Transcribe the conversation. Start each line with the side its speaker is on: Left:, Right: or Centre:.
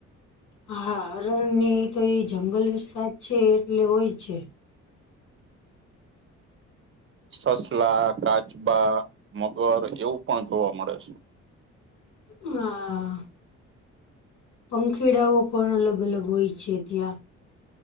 Left: હા હરણ ની તો એ જંગલ વિસ્તાર છે એટલે હોય છે.
Right: સસલા, કાચબા, મગર એવું પણ જોવા મળે છે.
Left: હા હા પંખેડાઓ પણ અલગ અલગ હોય છે ત્યાં